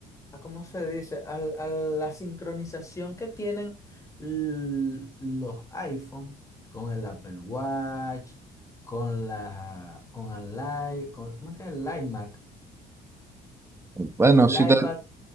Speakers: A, on the left; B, on the right.
A: a cómo se dice, al, a la sincronización que tienen l- los iPhone con el Apple Watch, con la, con el i, con, ¿cómo es que es el iMac
B: Bueno,
A: y el
B: si
A: iPad?
B: te,